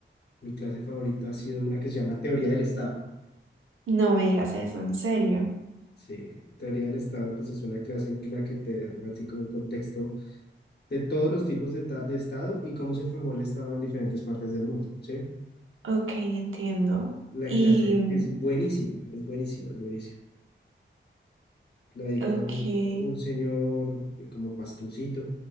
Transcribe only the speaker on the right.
No me digas eso, en serio.
Ok, entiendo.
Y,
mm,
ok,